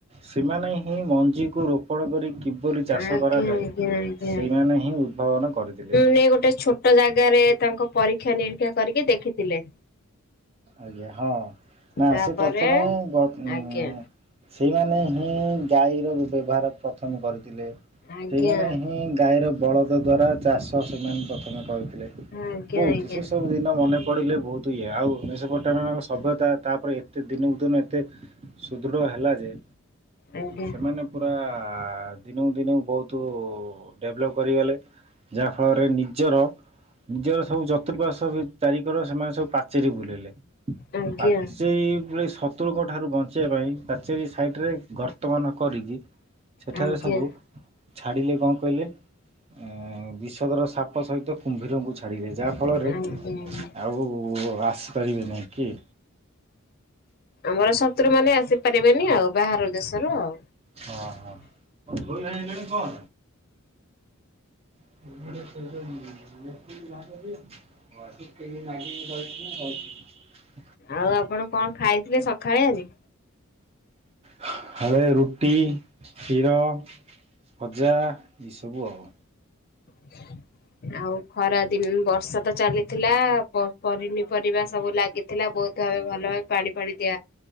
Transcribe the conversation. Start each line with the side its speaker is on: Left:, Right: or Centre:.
Right: ସେମାନେ ହିଁ ମଞ୍ଜିକୁ ରୋପଣ କରି କି। ଉପରେ ବୋଲି ଚାଷ
Left: ଆଜ୍ଞା ଆଜ୍ଞା ଆଜ୍ଞା
Right: କରାଯାଏ
Left: ଆଜ୍ଞା ଆଜ୍ଞା
Right: ସେଇମାନେ ହିଁ ଉଦ୍ଭାବନ କରିଥିଲେ। <unintelligible>
Left: ସେ ଗୋଟେ ଛୋଟ। ଟ ଜାଗାରେ ତାଙ୍କ ପରୀକ୍ଷା ନିରୀକ୍ଷା କରିକି ଦେଖିଥିଲେ।
Right: ଆଜ୍ଞା ହଁ ନା
Left: ତାପରେ
Right: ସେ ପ୍ରଥମେ ଉଁ।
Left: ଆଜ୍ଞା ଆଜ୍ଞା
Right: ସେଇମାନେ ହିଁ ଗାଈର ବ୍ୟବହାର। ପ୍ରଥମେ କରିଥିଲେ
Left: ଆଜ୍ଞା
Right: ସେଇମାନେ ହିଁ ଗାଈର ବଳଦ ଦ୍ଵାରା ଚାଷ। ତ ସେମାନେ ପ୍ରଥମେ କହିଥିଲେ
Left: ଆଜ୍ଞା
Right: ବହୁତ୍
Left: ଆଜ୍ଞା।
Right: ସେ ସବୁ ଦିନ ମନେ ପଡ଼ିଲେ ବହୁତ୍ ଇଏ ଆଉ ଭୁବନେଶ୍ୱର। ପ୍ରଥମେ ଆମ ସଭ୍ୟତା ତାପରେ ଏତେ ଦିନକୁ ଦିନ ଏତେ ସୁଦୃଢ ହେଲା ଯେ।
Left: ଆଜ୍ଞା
Right: ସେମାନେ। ପୁରା ଦିନକୁ ଦିନକୁ ବହୁତ୍ ଡେଭଲପ୍ କରିଗଲେ। ଯାଆଫଳରେ ନିଜର। ନିଜର ସବୁ ଚତୃପାଶ୍ଵ ଭି ଚାରିକର ସେମାନେ ସବୁ ପାଚେରୀ ବୁଲେଇଲେ।
Left: ଆଜ୍ଞା
Right: ପାଚେଇ ପୁଳେଇ ସଚ। ପତୁଳଙ୍କ ଠାରୁ ବଞ୍ଚିବା ପାଇଁ ପାଚେରୀ ସାଇଟରେ ଗର୍ତ୍ତମାନ କରିକି। ସେଠାରେ
Left: ଆଜ୍ଞା
Right: ସବୁ। ଛାଡିଲେ କଣ କହିଲେ ଏ ବିଷଦର ସାପ ସହିତ କୁମ୍ଭୀରଙ୍କୁ ଛାଡିବେ ଯାହା। ଫଳ ରେ
Left: ଆଜ୍ଞା।
Right: ଆଉ ଆସିପାରିବେ ନି କିଏ?
Left: ଆମର ଶତ୍ରୁ ମାନେ ଆସିପାରିବେନି ଆଉ ବାହାର ଦେଶରୁ ଆଉ।
Right: ହଁ ହଁ। ଲାଗ <unintelligible> ୁ କେି ମାଗି ଗାଉଛି ନା ଗାଉଛି <unintelligible>
Left: ଆଉ ଆପଣ କଣ ଖାଇଥିଲେ ସକାଳେ ଆଜି।
Right: ହ ଫାଳେ ରୁଟି କ୍ଷୀର ଭଜା ଏସବୁ ଆଉ।
Left: ହ <unintelligible> ଆଉ ଖରା ଦିନ ବର୍ଷା ତ ଚାଲିଥିଲା ପ ପନିପରିବା ସବୁ ଲାଗି। ଥିଲା ବହୁତ ଭାବେ ଭଲ ପାଣି ପାଣି ଦିଆ।